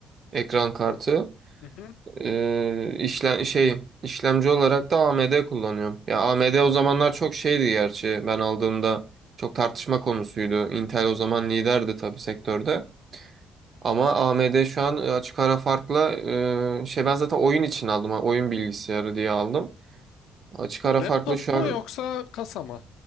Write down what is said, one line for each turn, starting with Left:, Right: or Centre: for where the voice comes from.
Right: Ekran kartı.
Left: Hı hı.
Right: Ee, işlem şey işlemci olarak da AMD kullanıyorum. Ya AMD o zamanlar çok şeydi gerçi. Ben aldığımda çok tartışma konusuydu. Intel o zaman liderdi tabii sektörde. Ama AMD şu an açık ara farkla e, şey ben zaten oyun için aldım. ha, Oyun bilgisayarı diye aldım. Açık ara
Left: Laptop
Right: farklı şu
Left: mu
Right: an
Left: yoksa kasa mı?